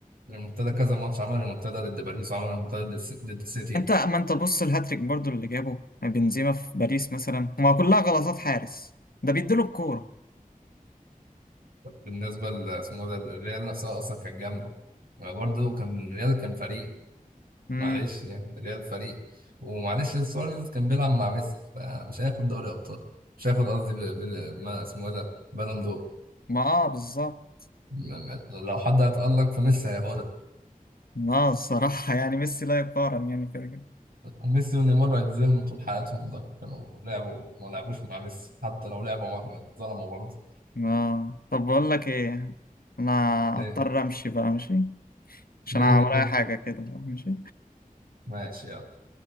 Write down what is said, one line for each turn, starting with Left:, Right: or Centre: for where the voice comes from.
Right: ريمونتادا كذا ماتش عمل ريمونتادا ضد باريس وعمل ريمونتادا ضد الس- ضد السيتي
Left: انت ما انت بص الهاتريك برضو اللي جابه بنزيما في باريس مثلا هما كلها غلطات حارس ده بيديله الكورة
Right: وبالنسبه ل- اسمه ده الريال نفسها اصلا كانت جامده برضه كان الريال كان فريق
Left: امم
Right: معلش يعني ريال فريق ومعلش سواريز كان بيلعب مع ميسي فمش هياخد دوري ابطال مش هياخد قصدي بال... بال... ما اسمه إيه ده بالون دور
Left: ما اه بالظبط
Right: م- م- لو حد هيتألق فميسي هياخدها
Left: ما آه، الصراحة <laughs> يعني ميسي لا يقارن يعني كده كده
Right: وميسي ونيمار هيتظلموا طول حياتهم لو كانوا لعبوا ما لعبوش مع ميسي حتى لو لعبوا معاه اتظلموا برضه
Left: اه طب بقول لك ايه انا
Right: ليه
Left: اضطر امشي بقى ماشي عشان
Right: ليه
Left: أنا ورايا
Right: كده
Left: حاجة كده ماشي
Right: ماشي يلا